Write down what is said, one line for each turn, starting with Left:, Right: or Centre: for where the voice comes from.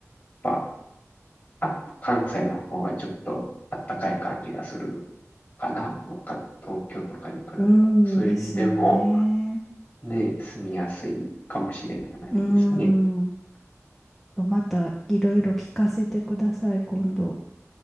Left: ぱあ、関西の方がちょっとあったかい感じがするかな。か東京とかに比べて。
Centre: うん、
Left: そういう意味でも、
Centre: ですよね。
Left: ね、住みやすいかもしれないですね。
Centre: うん。またいろいろ聞かせてください、今度。